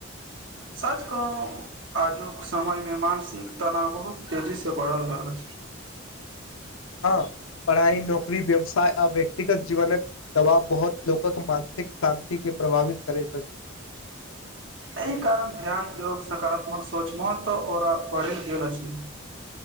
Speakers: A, on the right (about 65°); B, on the left (about 80°).
A: साच कहु आजुक समयमे मानसिक तनाव बहुत तेजीसँ बढ़ल रहल
B: हँ पढ़ाइ नौकरी व्यवसाय आ व्यक्तिगत जीवन दबाब बहुत लोकक मानसिक शान्ति के प्रभावित करैत छथि
A: एहि कारण ध्यान योग सकारात्मक सोच महत्व और बढ़ल गेल छै